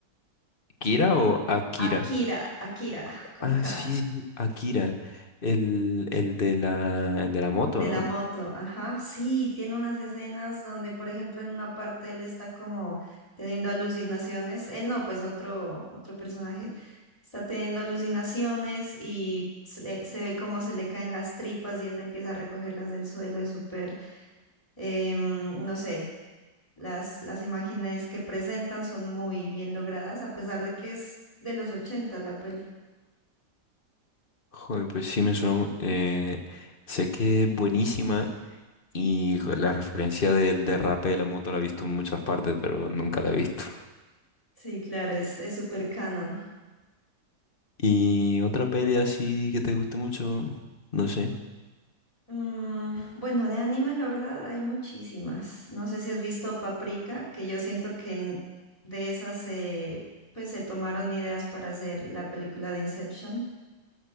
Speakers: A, on the left; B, on the left.
A: ¿Kira o Akira?
B: Akira, Akira, con
A: Ah,
B: K,
A: sí, sí, Akira, el, el de la, el de la moto,
B: el de
A: ¿no?
B: la moto, ajá. Sí, tiene unas escenas donde, por ejemplo, en una parte él está como teniendo alucinaciones, él no, pues otro, otro personaje está teniendo alucinaciones y se, se ve cómo se le caen las tripas y él empieza a recogerlas del suelo, es súper em, no sé, las, las imágenes que presentan son muy bien logradas, a pesar de que es de los 80 la peli.
A: Joder, pues sí me suena. eh, sé que es buenísima y jo- la referencia del derrape de la moto la he visto en muchas partes, pero nunca la he visto. <laughs>
B: Sí, claro, es, es súper canon.
A: Y otra peli así que te guste mucho, no sé,
B: Mm, bueno, de anime, la verdad, hay muchísimas. No sé si has visto Paprika, que yo siento que en- de esas se, pues, se tomaron ideas para hacer la película de Inception,